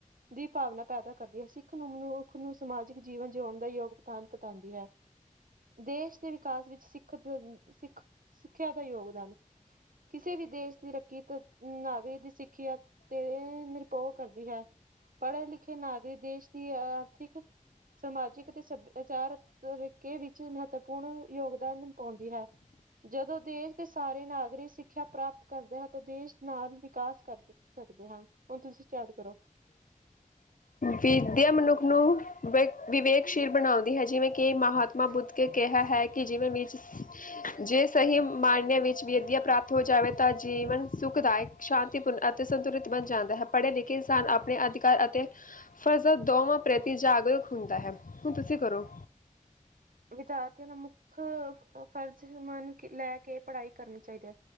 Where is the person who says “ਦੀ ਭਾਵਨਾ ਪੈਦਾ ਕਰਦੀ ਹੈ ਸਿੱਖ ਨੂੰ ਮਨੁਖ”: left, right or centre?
Right